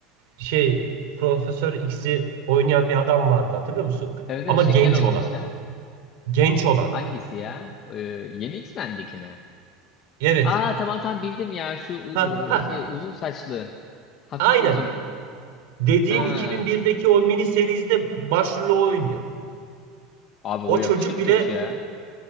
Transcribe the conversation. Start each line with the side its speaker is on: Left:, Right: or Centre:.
Right: e, şey Profesör X'i oynayan bir adam vardı hatırlıyor musun?
Left: Evet evet
Right: Ama
Left: şekel
Right: genç
Left: olan
Right: olan.
Left: işte.
Right: Genç olan.
Left: Hangisi ya? Ee, yeni X-Men'deki mi?
Right: Evet.
Left: Aa tamam tamam bildim ya. Şu u-
Right: Ha
Left: u- şey uzun saçlı. Hafif
Right: Aynen.
Left: uzun.
Right: Dediğim
Left: Aa.
Right: 2001'deki o mini serizde başrolü o oynuyor.
Left: Abi o
Right: O
Left: yakışır
Right: çocuk
Left: mı
Right: bile
Left: hiç ya?